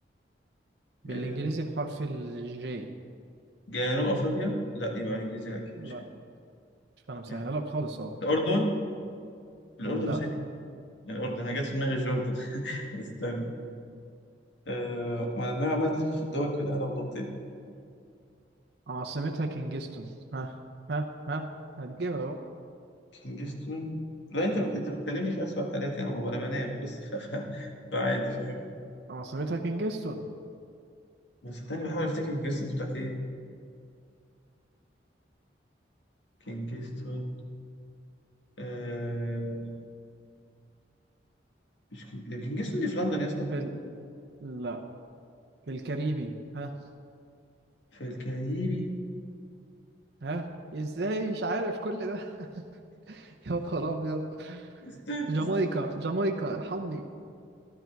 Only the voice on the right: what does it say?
بالانجليزي
بحرف الجي
لا
مش انا مسهلها
لك خالص اهو
لا
عاصمتها كينجستون ها ها ها هتجيبها اهو
مم.
عاصمتها كينجستون
في ال... لا في الكاريبي ها
ها ازاي مش عارف كل ده <laughs> يا نهار ابيض
جامايكا
جامايكا ارحمني